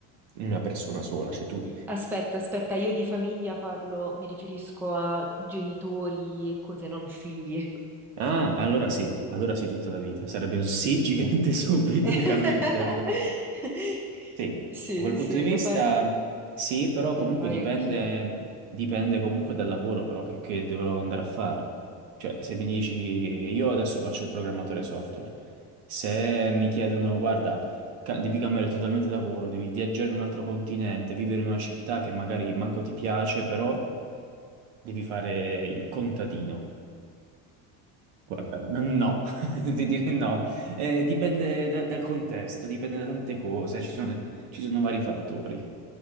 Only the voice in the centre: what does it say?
Aspetta, aspetta, io di famiglia parlo, mi riferisco a genitori e cose, non figli.
<laughs>
Sì,
sì,
lo fare-
sì, lo farei
anch'io.